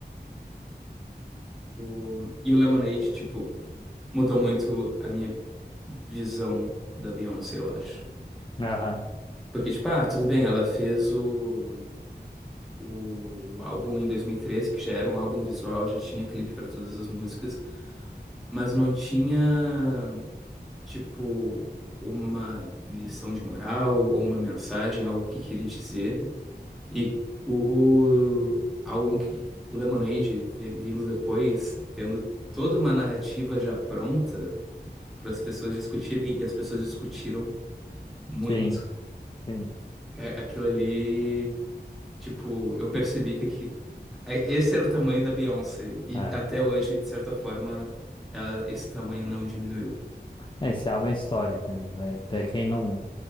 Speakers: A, in the centre; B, on the left.
A: O, e o Lemonade, tipo, mudou muito a minha visão da Beyoncé, eu acho.
B: Aham,
A: Porque, tipo, ah, tudo bem, ela fez o, o álbum em 2013, que já era um álbum visual, já tinha clipe pra todas as músicas, mas não tinha, tipo, uma lição de moral ou uma mensagem, algo que queria dizer. E o álbum que o Lemonade, vi- vindo depois, tendo toda uma narrativa já pronta para as pessoas discutirem, e as pessoas discutiram Muito.
B: sim, sim.
A: É, aquilo ali, tipo, eu percebi que aqui, é- esse era o tamanho da Beyoncé. E
B: É.
A: até hoje, de certa forma, ela, esse tamanho não diminuiu.
B: É, Esse álbum é histórico né, mesmo. é. Até quem não,